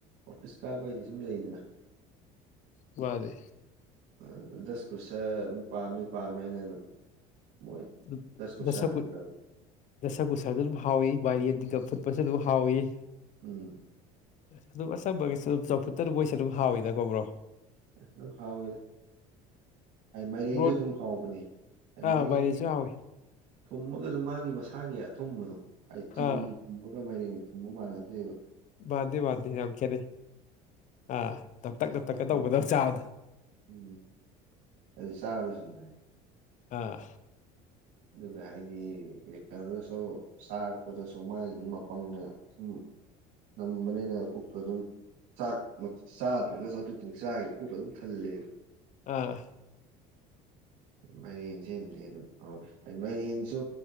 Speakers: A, on the right; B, on the left.
A: ꯑꯣꯐꯤꯁ ꯀꯥꯕꯩꯗꯤ ꯁꯨꯝ ꯂꯩꯗꯅ
B: ꯃꯥꯅꯤ
A: ꯑ ꯗꯁꯀꯨꯁ ꯑꯗꯨꯝ ꯄꯥꯝꯃꯤ ꯄꯥꯝꯃꯦ ꯍꯥꯏꯅ ꯑꯗꯨꯝ ꯃꯣꯏ
B: ꯑ
A: ꯗꯁ ꯀꯨꯁꯔ
B: ꯗꯁꯀꯨꯠ
A: ꯍꯥꯟꯅ ꯂꯧꯋꯦ
B: ꯗꯁꯀꯨꯁꯁꯨ ꯑꯗꯨꯝ ꯍꯥꯎꯋꯤ ꯃꯥꯏꯔꯦꯟꯒ ꯐꯨꯠꯄꯁꯨ ꯑꯗꯨꯝ ꯍꯥꯎꯏ
A: ꯎꯝ
B: ꯑꯗꯨꯝ ꯑꯆꯝꯕꯒꯤꯁꯨ ꯑꯗꯨꯝ ꯆꯝꯐꯨꯠꯇ ꯑꯗꯨ ꯃꯣꯏꯁꯨ ꯑꯗꯨꯝ ꯍꯥꯎꯋꯤꯅꯀꯣ ꯕ꯭ꯔꯣ
A: ꯑ ꯑꯗꯨꯝ ꯍꯥꯎꯏꯗ ꯃꯥꯏꯔꯦꯟꯁꯨ
B: ꯕ꯭ꯔꯣ
A: ꯑꯗꯨꯝ ꯍꯥꯎꯕꯅꯦ
B: ꯑꯥ
A: ꯃꯥꯏꯔꯦꯟꯗꯤ
B: ꯃꯥꯏꯔꯦꯟꯁꯨ ꯍꯥꯎꯋꯤ
A: ꯊꯨꯝꯃꯒꯁꯨ ꯃꯥꯒꯤ ꯃꯁꯥꯒꯤ ꯑꯊꯨꯝꯕꯗꯣ ꯍꯥꯏꯗꯤ ꯆꯤꯅꯤꯒꯤ
B: ꯑꯥ
A: ꯊꯨꯝꯕꯒ ꯃꯥꯏꯔꯦꯡꯒ ꯊꯨꯝꯕ ꯃꯥꯟꯅꯗ꯭ꯔꯦꯕ
B: ꯃꯥꯟꯅꯗꯦ ꯃꯥꯟꯅꯗꯦ ꯌꯥꯝ ꯈꯦꯠꯅꯩ ꯑꯥ ꯅꯞꯇꯛ ꯅꯞꯇꯛꯀ
A: ꯃꯥꯒꯤ
B: ꯇꯧꯕꯗꯧ ꯆꯥꯕꯗ
A: ꯎꯝ ꯑꯗꯨ ꯆꯥꯔꯁꯨꯉꯥꯏ
B: ꯑꯥ
A: ꯑꯗꯨꯒ ꯍꯥꯏꯗꯤ ꯀꯩꯅꯣꯗꯁꯨ ꯆꯥꯔꯛꯄꯗꯁꯨ ꯃꯥꯒꯤ ꯃꯄꯪꯅ ꯁꯨꯝ ꯇꯝꯕꯅꯦꯅ ꯄꯨꯛꯁꯨ ꯑꯗꯨꯝ ꯆꯥꯛ ꯃꯛ ꯆꯥꯗ꯭ꯔꯒꯁꯨ ꯑꯗꯨꯇꯪ ꯆꯥꯒꯤ ꯄꯨꯛ ꯑꯗꯨꯝ ꯊꯜꯂꯦꯕ
B: ꯑꯥ
A: ꯃꯥꯏꯔꯦꯟ ꯁꯤꯃꯗꯤ ꯑꯗꯨꯝ ꯍꯥꯎꯔꯦ ꯍꯥꯏꯗꯤ ꯃꯥꯏꯔꯦꯟꯁꯨ